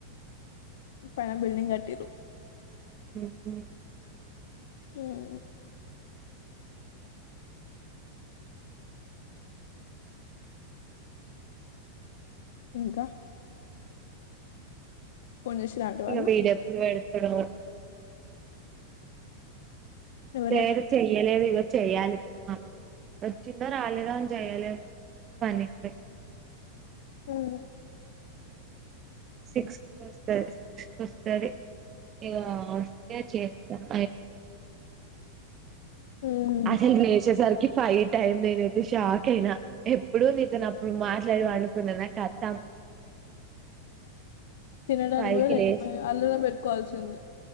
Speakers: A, on the left; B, on the right.
A: పైన బిల్డింగ్ కట్టిర్రు
B: ఓహో
A: అవును ఇంకా ఫోన్ చేసిర్రా ఆంటీ
B: ఇంకా
A: వాళ్ళు
B: డేట్ ఎప్పుడు పెడతాడొ
A: ఎవరే
B: వేరు చెయ్యలేదు ఇగ చెయ్యాలి వచ్చిందో రాలేదొ అని చెయ్యాలేదు పనికి పొయాడు
A: ఉను
B: సిక్స్ కి వస్తాడు వస్తాది ఇక వస్తే చేస్తారు
A: మ్మ్
B: అసలు నువ్వు ఏడ్చేసారికి ఫైట్ అయింది నేనైతే షాక్ అయినా ఎప్పుడు నీతోను అప్పుడు మాట్లాడి అనుకున్నా నా కతాం
A: తినడానికే
B: ఫైవ్
A: లేదు
B: కి లేసిన
A: అలారం పెట్టుకొవాల్సింది